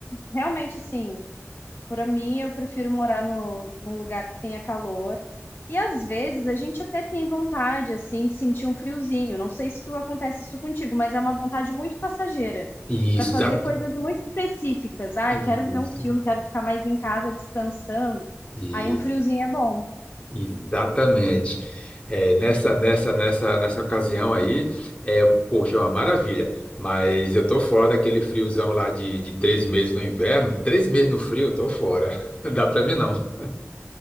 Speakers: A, on the left; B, on the left.
A: realmente, assim, para mim, eu prefiro morar no, num lugar que tenha calor. E às vezes a gente até tem vontade, assim, de sentir um friozinho. Não sei se tu acontece isso contigo, mas é uma vontade muito passageira
B: Isso,
A: para fazer
B: exata,
A: coisas muito específicas. Ah,
B: isso,
A: eu quero ver um filme, quero ficar mais em casa descansando.
B: isso,
A: Aí um friozinho é bom.
B: exatamente. É, nessa, nessa, nessa, nessa ocasião aí, é, poxa, é uma maravilha. Mas eu tô fora daquele friozão lá de, de três meses no inverno. Três meses no frio, eu tô fora. <laughs> dá pra mim não.